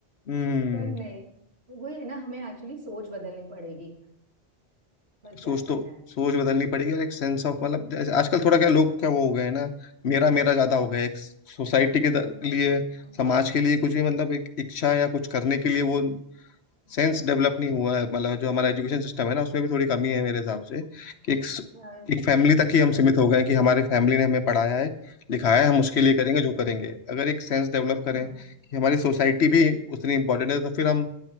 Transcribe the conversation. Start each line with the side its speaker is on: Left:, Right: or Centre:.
Left: हम्म
Right: पर नहीं तो वही है ना हमें एक्चुअली सोच बदलनी पड़ेगी पर क्या
Left: सोच
Right: किया
Left: तो
Right: जाए
Left: सोच बदलनी पड़ेगी और एक सेंस ऑफ मतलब जैसे आजकल थोड़ा क्या लोग क्या वो हो गए हैं ना मेरा मेरा ज्यादा हो गया है। एक सोसाइटी के
Right: हम्म
Left: त- लिए
Right: हम्म,
Left: समाज के लिए कुछ भी मतलब एक इच्छा या कुछ करने के लिए वो सेंस डेवलप नहीं हुआ है मतलब जो हमारा एजुकेशन सिस्टम है ना उसमें भी थोड़ी कमी है मेरे हिसाब से कि एक
Right: right,
Left: एक फैमिली तक ही हम सीमित हो गए हैं कि हमारी फैमिली ने हमें पढ़ाया है लिखाया है हम उसके लिए करेंगे जो करेंगे अगर एक सेंस डेवलप
Right: हाँ,
Left: करें कि हमारी सोसाइटी भी उतनी इंपॉर्टेंट है तो फिर हम